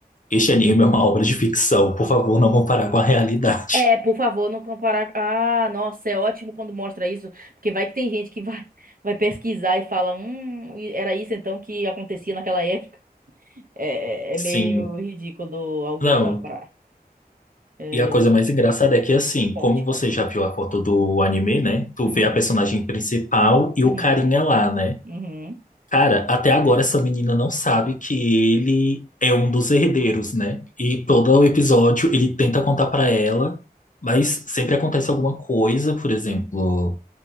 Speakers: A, on the left; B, on the right.
A: Este anime é uma obra de ficção, por favor, não comparar com a realidade.
B: É, por favor, não comparar. Ah, nossa, é ótimo quando mostra isso, porque vai que tem gente que vai, <laughs> vai pesquisar e fala, hum, e era isso então que acontecia naquela época. É, é-
A: <laughs>
B: é meio
A: Sim.
B: ridículo alguém
A: Não,
B: comprar. É,
A: E a coisa mais engraçada é que, assim,
B: conte,
A: como você
B: conte.
A: já viu a foto do anime, né? Tu
B: Uhum,
A: vê a personagem principal e
B: uhum,
A: o carinha lá, né?
B: uhum,
A: Cara, até agora essa menina não sabe que ele é um dos herdeiros, né? E todo o episódio ele tenta contar pra ela, mas sempre acontece alguma coisa, por exemplo,